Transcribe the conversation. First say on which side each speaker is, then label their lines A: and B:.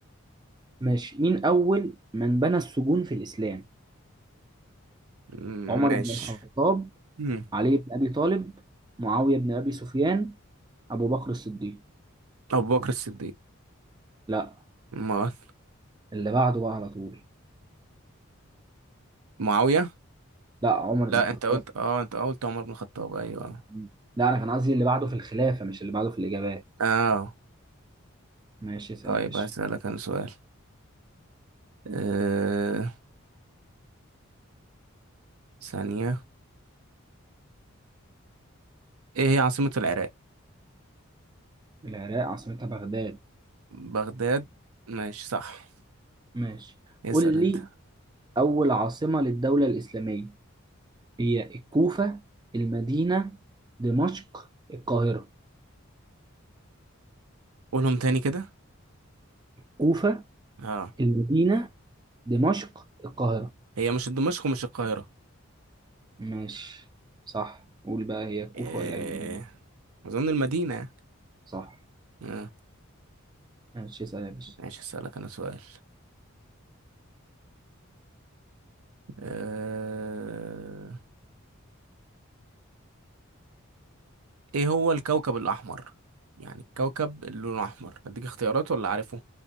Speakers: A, on the right; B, on the right.
A: ماشي مين أول من بنى السجون في الإسلام؟
B: مم،
A: عمر
B: ماشي
A: بن الخطاب
B: مم.
A: علي بن أبي طالب معاوية بن أبي سفيان أبو بكر الصديق
B: أبو بكر الصديق
A: لا
B: ما
A: اللي بعده بقى على طول
B: معاوية
A: لا عمر
B: لا
A: بن الخطاب
B: أنت قلت أه أنت قلت عمر بن الخطاب أيوه
A: مم. لا أنا كان قصدي اللي بعده في الخلافة مش اللي بعده في الإجابات
B: أه
A: ماشي اسأل
B: طيب
A: يا باشا
B: هسألك أنا سؤال أه... ثانية إيه هي عاصمة العراق
A: العراق عاصمتها بغداد
B: بغداد ماشي صح
A: ماشي
B: اسأل
A: قول
B: أنت
A: لي أول عاصمة للدولة الإسلامية هي الكوفة المدينة دمشق القاهرة
B: قولهم تاني كده
A: كوفة
B: أه
A: المدينة دمشق القاهرة
B: هي مش دمشق ومش القاهرة
A: ماشي صح قول بقى هي كوفة
B: إيه...
A: ولا المدينة
B: أظن المدينة يعني
A: صح
B: أه
A: ماشي اسأل يا باشا
B: ماشي هسألك أنا سؤال أه... إيه هو الكوكب الأحمر يعني الكوكب اللي لونه أحمر أديك اختيارات ولا عارفه